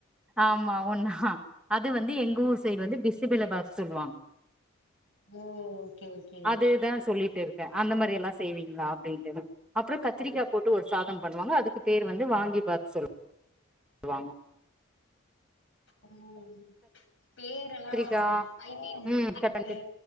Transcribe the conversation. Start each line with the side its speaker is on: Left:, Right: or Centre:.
Centre: ஆமா ஒண்ணா அது வந்து எங்க ஊர் சைடு வந்து பிசுபிலபாத் சொல்லுவாங்க
Left: <inaudible> ஓகே ஓகே
Centre: அதுதா சொல்லிட்டு இருக்கேன் அந்த மாரி எல்லாம் செய்வீங்களா அப்டினுட்டு அப்றொ கத்திரிக்கா போட்டு ஒரு சாதொம் பண்ணுவாங்க. அதுக்கு பேரு வந்து வாங்கி பாத் சொல் வாங்க
Left: ஊம் பேரெலா
Centre: கத்திரிக்கா
Left: ஐ மீன்
Centre: ம்
Left: இதுக்கு
Centre: கட் பண்ட்டு